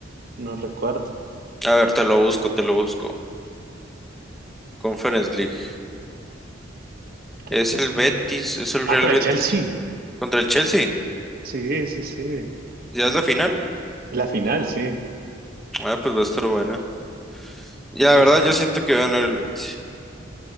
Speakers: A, on the right; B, in the centre.
A: no recuerdo.
B: a ver, te lo busco, te lo busco. Conference League.
A: Creo
B: Es
A: que
B: el
A: sí.
B: Betis, es el
A: Ah,
B: Real
A: con
B: Betis
A: el Chelsea.
B: contra el Chelsea.
A: Sí, sí, sí.
B: ¿Ya es la final?
A: La final, sí.
B: Ah, pues va a estar buena. Ya,
A: Uy,
B: la verdad,
A: está.
B: yo siento que va a ganar el Betis.